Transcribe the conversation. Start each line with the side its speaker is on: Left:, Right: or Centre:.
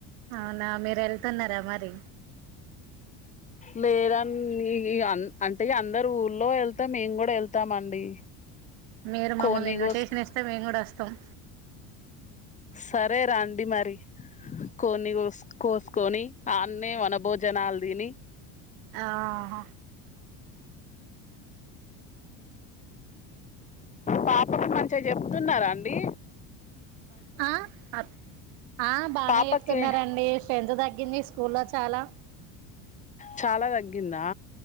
Right: అవునా మీర్ వెళ్తున్నరా మరి
Left: లేదని అ అంటె అందరు ఊర్లో వెళ్తే మేము కూడ వెళ్తామండి
Right: మీరు
Left: కోన్ని
Right: మమ్మల్ని ఇన్విటేషన్
Left: కోసుకో
Right: ఇస్తే మేము కూడ అస్తమ్
Left: సరే రండి మరి కిడ్ని కోస్ కోసుకొని ఆన్నే మే వన బోజనాలు దిని
Right: ఆ హ
Left: పాఠలు మంచిగ చెప్తున్నారండి
Right: ఆ అప్ ఆ బానే
Left: పాపకి
Right: చెప్తున్నరండి స్ట్రెంత్ తగ్గింది స్కూలో చాల
Left: చాల తగ్గిందా